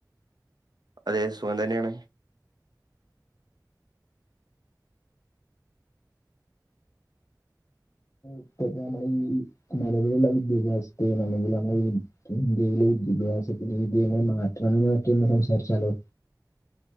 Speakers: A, on the right; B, on the left.
A: അതെ സുഖം തന്നെയാണ്
B: ഇപ്പ നമ്മള ഈ നിലവിലുള്ള വിദ്യാഭ്യാസത്തെയും അല്ലെങ്കില് നമ്മളെ ഈ ഇന്ത്യയിലെ വിദ്യാഭ്യാസത്തിന്റെ രീതി എങ്ങനെ മാറ്റണം എന്നൊക്കെ ഒന്ന് സംസാരിച്ചാലോ